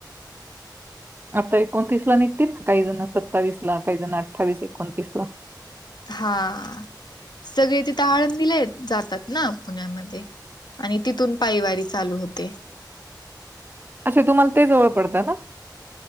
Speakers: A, on the right; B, on the left.
A: आता एकोणतीस ला निघतील काही जण सत्तावीस ला काही जण अठ्ठावीस एकोणतीस ला
B: हा सगळे तिथ आळंदीला येत-जातात ना पुण्यामध्ये आणि तिथून पायवारी चालू होते.
A: अच्छा तुम्हाला ते जवळ पडतं ना